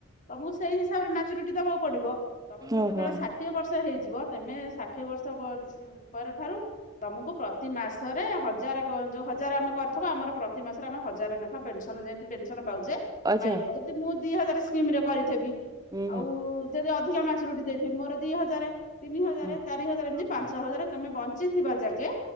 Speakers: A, on the left (about 35°); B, on the right (about 15°).
A: ତମକୁ ସେଇ ହିସାବରେ ମ୍ୟାଚୁରିଟି ଦବାକୁ ପଡିବ ତମକୁ
B: ଓହୋ
A: ଯେତେବେଳେ ଷାଠିଏ ବର୍ଷ ହେଇଯିବ ତେମେ ଷାଠିଏ ବର୍ଷ ପ୍ରସ ପରଠାରୁ ତମକୁ ପ୍ରତି ମାସରେ ହଜାରେ କ ଯଉ ହଜାରେ ଆମେ କ କରିଥିବା ଆମର ପ୍ରତି ମାସରେ ଆମେ ହଜାରେ ନାଖା ପେନସନ୍ ଯେମିତି ପେନସନ୍ ପାଉଚେ
B: ଆଚ୍ଛା
A: ପାଇବା ଯଦି ମୁଁ ଦି ହଜାର ସ୍କିମରେ କରିଥବି
B: ହୁଁ
A: ଆଉ ଯଦି ଅଧିକା ମ୍ୟାଚୁରୁଟି ଦେଇଥିବି ମୋର ଦି ହଜାରେ, ତିନି ହଜାରେ,
B: ହୁଁ
A: ଚାରି ହଜାରେ, ଏମତି ପାଞ୍ଚ
B: ହୁଁ
A: ହଜାରେ ତମେ ବଞ୍ଚିଥିବା ଯାକେ